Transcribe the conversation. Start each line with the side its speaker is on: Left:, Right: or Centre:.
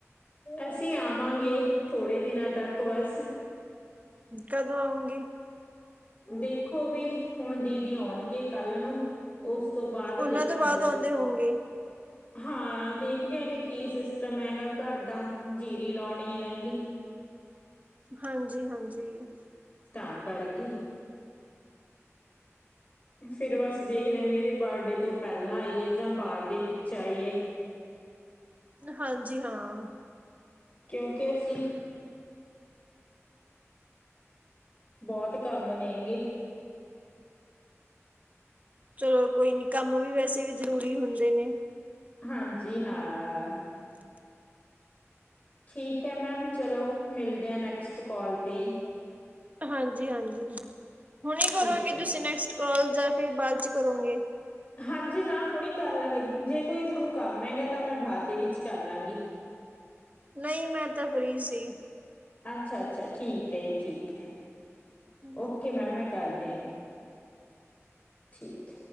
Left: ਅਸੀਂ ਆਵਾਂਗੇ ਥੋੜੇ ਦਿਨਾਂ ਤੱਕ ਬਸ
Right: ਕਦੋਂ ਆਉਂਗੇ,
Left: ਦੇਖੋ ਵੀ ਹੁਣ ਦੀਦੀ ਆਉਣਗੇ ਕੱਲ ਨੂੰ ਉਸ ਉਸ ਤੋਂ ਬਾਅਦ
Right: ਉਹਨਾਂ
Left: ਦੇਖਾਂਗੇ
Right: ਤੋਂ ਬਾਅਦ ਆਉਂਦੇ ਹੋਂਗੇ
Left: ਹਾਂ ਦੇਖ ਦੇਖਦੇ ਆ ਵੀ ਕੀ ਸਿਸਟਮ ਐ ਗਾ ਘਰ ਦਾ ਜੀਰੀ ਲਾਉਣੀ ਐ ਗੀ,
Right: ਹਾਂਜੀ-ਹਾਂਜੀ,
Left: ਤਾਂ ਕਰਕੇ ਫਿਰ ਬਸ ਦੇਖਦੇ ਆ ਵੀ ਇਹਦੇ ਬਰਡੇ ਤੋਂ ਪਹਿਲਾਂ ਆਈਏ ਜਾਂ ਬਾਅਦ ਦੇ ਵਿੱਚ ਆਈਏ।
Right: ਹਾਂਜੀ ਹਾਂ,
Left: ਕਿਉਂਕਿ ਅਸੀਂ, ਬਹੁਤ ਕੰਮ ਨੇ ਗੇ,
Right: ਚਲੋ ਕੋਈ ਨੀ ਕੰਮ ਵੀ ਵੈਸੇ ਵੀ ਜ਼ਰੂਰੀ ਹੁੰਦੇ ਨੇ,
Left: ਹਾਂਜੀ ਹਾਂ, ਠੀਕ ਹੈ, ਮੈਮ ਚਲੋ ਮਿਲਦਿਆਂ ਨੈਕਸਟ ਕਾਲ ਤੇ ਈ,
Right: ਹਾਂਜੀ-ਹਾਂਜੀ, ਹੁਣ ਕਰੋਗੇ
Left: ਠੀਕ ਹੈ
Right: ਤੁਸੀਂ
Left: ਜੀ
Right: ਨੈਕਸਟ ਕਾਲ ਜਾਂ ਫਿਰ ਬਾਅਦ ਚ ਕਰੋਂਗੇ।
Left: ਹਾਂਜੀ ਨਾ ਹੁਣ ਹੀ ਕਰ ਲਾਂਗੇ ਜੇ ਕੋਈ ਤੁਹਾਨੂੰ ਕੰਮ ਹੈਗਾ ਤਾਂ ਮੈਂ ਬਾਅਦ ਦੇ ਵਿੱਚ ਕਰ ਲਾਂਗੀ।
Right: ਨਹੀਂ ਮੈਂ ਤਾ ਫਰੀ ਸੀ।
Left: ਅੱਛਾ-ਅੱਛਾ ਠੀਕ ਹੈ, ਜੀ ਠੀਕ ਹੈ।
Right: ਹਾਂਜੀ
Left: ਓਕੇ ਮੈਮ ਮੈਂ ਕਰਦੀ, <unintelligible> ਠੀਕ,